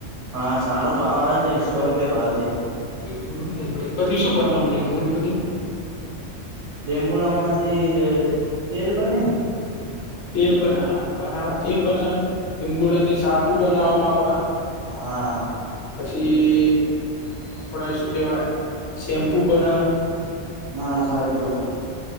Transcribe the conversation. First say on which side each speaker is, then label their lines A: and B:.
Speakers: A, on the right; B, on the left.
A: હા સારો ભાવ આવે છે સો રૂપિયા ભાવ છે.
B: એવું એ ન એ પછી શું બનાવામ લીંબોડી માંથી
A: લીંબુડ હમણાથી તેલ બને ને.
B: તેલ બના બનાવા તેલ બના લીબુડાની સાબુ બનાવવામાં આવે.
A: હા.
B: પછી આપડ શું કેહેવાય શેમ્પુ પણના.
A: હા સાચી વાત.